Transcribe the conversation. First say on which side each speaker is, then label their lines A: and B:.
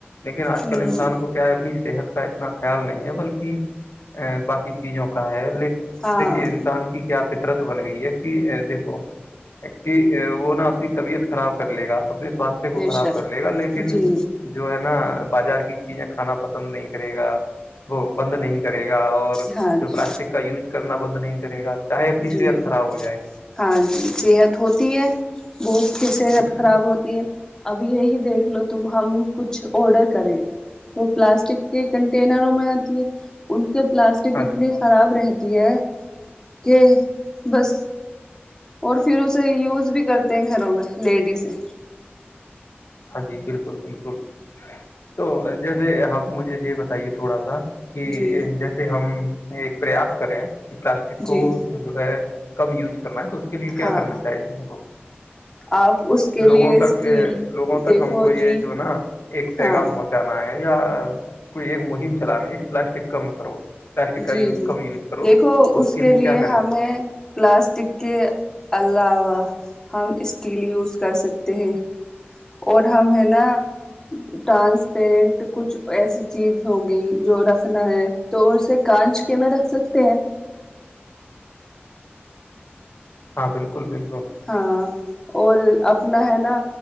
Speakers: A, on the left; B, on the left.
A: لیکن آج
B: ہوں
A: کل انسان کو اپنی صحت کا اتنا خیال نہیں ہے بلکہ ا باقی چیزوں کا ہے لیکن
B: ہاں
A: دیکھیے انسان کی کیا فطرت بن گئی ہے کہ دیکھو کہ وہ نا اپنی طبیعت خراب کر لے گا اپنے سواستھ کو
B: بے
A: خراب
B: شک
A: کر لے گا لیکن
B: جی
A: جو ہے نا بازار کی چیزیں کھانا پسند نہیں کرے گا وہ بند نہیں کرے گا اور
B: ہاں
A: جو
B: جی
A: پلاسٹک کا یوز کرنا بند نہیں کرے گا چاہے اپنی
B: جی
A: صحت خراب ہو جائے
B: ہاں جی صحت ہوتی ہے بہت کی صحت
A: جی
B: خراب ہوتی ہے اب یہی دیکھ لو تم ہم کچھ آڈر کریں وہ پلاسٹک کے کنٹینروں میں آتی ہے ان کے پلاسٹک
A: ہاں
B: اتنی خراب رہتی ہے
A: جی
B: کہ بس اور پھر اسے یوز بھی کرتے ہیں گھروں میں لیڈیزیں
A: ہاں جی بالکل بالکل تو جیسے آپ مجھے یہ بتائیے تھوڑا سا کہ
B: جی
A: جیسے ہم ایک پریاس کریں کہ پلاسٹک
B: جی
A: کو جو ہے کم یوز کرنا ہے تو اس کے لیے کیا
B: ہاں
A: کرنا چاہیے ہم کو
B: آپ اس کے لیے
A: لوگوں
B: اسٹیل
A: تک لوگوں تک
B: دیکھو
A: ہم کو یہ
B: جی
A: جو نا ایک پیغام
B: ہاں
A: پہنچا جانا ہے یا کوئی ایک مہم چلانی ہے پلاسٹک کم کرو پلاسٹک کا
B: جی
A: یوز
B: جی
A: کم یوز کرو
B: دیکھو
A: تو
B: اس کے لیے
A: کیا کریں
B: ہمیں پلاسٹک کے علاوہ ہم اسٹیل یوز کر سکتے ہیں اور ہم ہے نا ٹرانسپیرنٹ کچھ ایسی چیز ہوگئی جو رکھنا ہے تو اس سے کانچ کے میں رکھ سکتے ہیں
A: ہاں بالکل بالکل
B: ہاں اور اپنا ہے نا